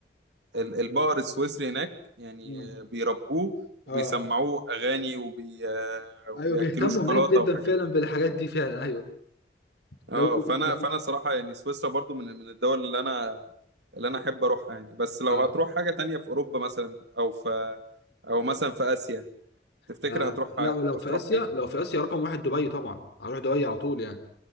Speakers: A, on the right; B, on the left.
A: ال- البقر السويسري هناك يعني
B: مم.
A: آه، بيربوه وبيسمعوه
B: اه
A: اغاني وبي آه، وبياكلوه
B: ايوه بيهتموا
A: شوكولاته
B: هناك جدا
A: وحاجات
B: فعلا بالحاجات دي فعلا ايوه لو
A: اه
B: <laughs>
A: فانا
B: كمان
A: فانا صراحه يعني سويسرا برضو من من الدول اللي انا اللي انا احب اروحها يعني بس لو
B: آه.
A: هتروح حاجه تانية في اوروبا مثلا او في او مثلا في اسيا تفتكر
B: آه.
A: هتروح
B: لا
A: هتعوز
B: ولو في
A: تروح
B: اسيا
A: فين
B: لو في اسيا رقم واحد دبي طبعا هروح دبي على طول يعني